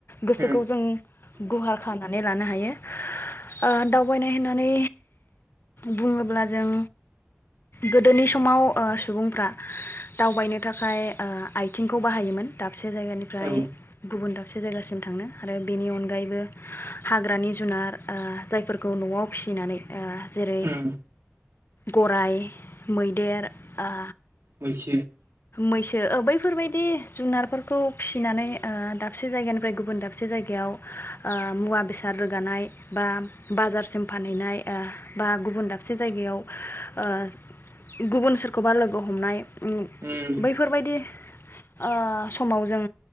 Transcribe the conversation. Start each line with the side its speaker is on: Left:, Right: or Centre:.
Left: गोसोखौ
Right: उम
Left: जों गुहार खालामना लानो हायो ओ दावबायनाय होननानै बुङोब्ला जों गोदोनि समाव ओ सुबुंफ्रा दावबायनो थाखाय ओ आइथिंखौ बाहायोमोन दा दाबसे जायगानिफ्राय
Right: औ
Left: गुबुन दाब दाबसे जायगासिम थांनो आरो बेनि अनगायैबो हाग्रानि जुनार ओ जायफोरखौ न'आव फिसिनानै ओ जेरै
Right: उम
Left: गराय मैदेर ओ
Right: बैसो
Left: मैसो ओ बैफोरबाय दि जुनारफोरखौ फिसिनानै ओ दाबसे जायगानिफ्राय गुबुन दाबसे जायगायाव ओ मुवा बेसाद रोगानाय बा बाजारसिम फानहैनाय ओ बा गुबुन दाबसे जायगायाव ओ गुबुन सोरखौबा लोगो हमनाय ओम
Right: उम
Left: बैफोरबायदि ओ समाव जों